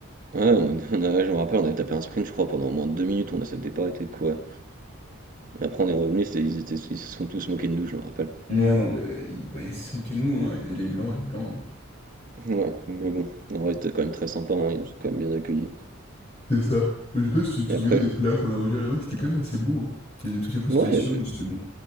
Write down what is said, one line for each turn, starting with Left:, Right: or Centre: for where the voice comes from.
Right: on, on a- je me rappelle, on avait tapé un sprint, je crois, pendant au moins deux minutes, on ne s'était pas arrêté de courir. Et après, on est revenu, c'était, ils étaient, ils se sont tous moqués de nous, je me rappelle.
Left: Ouais, non, mais ils, bah, ils se moquaient de nous, hein. Ils disaient les blancs, les blancs. hein.
Right: Ouais, mais bon, en vrai, c'était quand même très sympa, hein, ils nous ont quand même bien accueillis.
Left: C'est ça. Mais je sais pas si tu te
Right: Et
Left: souviens
Right: après,
Left: des plats qu'on a mangés là-bas, c'était quand même assez bon. hein. Il y a des trucs un peu
Right: ouais,
Left: spéciaux,
Right: il y avait.
Left: mais c'était bon.